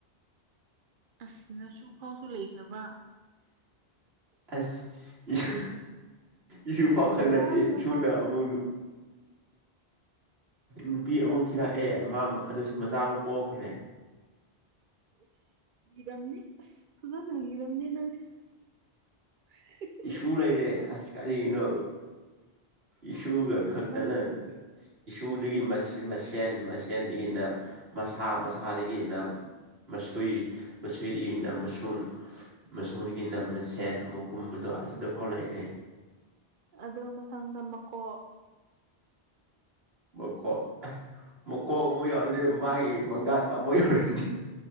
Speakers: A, on the right; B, on the right.
A: ꯑꯁ ꯅꯥꯁꯨ ꯐꯥꯎꯁꯨ ꯂꯩꯈ꯭ꯔꯕ
B: ꯑꯁ ꯏꯁꯨ ꯏꯁꯨ ꯐꯥꯎ
A: ꯅꯆꯥ
B: ꯈꯛꯅꯠꯇꯦ ꯏꯁꯨꯅ
A: ꯅꯆꯥꯅꯨꯄꯤ
B: ꯑꯃꯨꯛ ꯅꯨꯄꯤ
A: ꯅꯆꯥꯅꯨꯄꯤ
B: ꯑꯃꯨꯛ ꯊꯤꯔꯛꯑꯦ ꯃꯥ ꯑꯗꯨꯁꯨ ꯃꯆꯥ ꯑꯃ ꯄꯣꯛꯈ꯭ꯔꯦ
A: <unintelligible>
B: ꯄꯨ ꯂꯩꯔꯦ ꯑꯁ ꯀꯔꯤꯅꯣ ꯏꯁꯨꯒ ꯈꯛꯇꯅꯥ
A: ꯅꯪ
B: ꯏꯁꯨꯗꯒꯤ ꯃꯁꯦꯟ ꯃꯁꯦꯟꯗꯒꯤꯅ ꯃꯁꯥ ꯃꯁꯥꯗꯒꯤ ꯅꯝ ꯃꯁꯣꯏ ꯃꯁꯣꯏꯗꯒꯤꯅ ꯃꯁꯨꯡ ꯃꯁꯨꯡꯗꯒꯤ ꯃꯁꯦꯟ ꯑꯃꯨꯛ ꯀꯨꯝꯕꯗꯣ ꯑꯗꯨꯐꯥꯎ ꯂꯩꯔꯤ
A: ꯑꯗꯨ ꯃꯊꯪꯗ ꯃꯀꯣꯛ
B: ꯃꯀꯣꯛ ꯑꯁ ꯃꯀꯣꯛ ꯑꯃꯨꯛ ꯌꯥꯎꯔꯗꯤ ꯃꯥꯏ ꯃꯉꯛ ꯑꯃꯨꯛ ꯌꯥꯎꯔꯅꯤ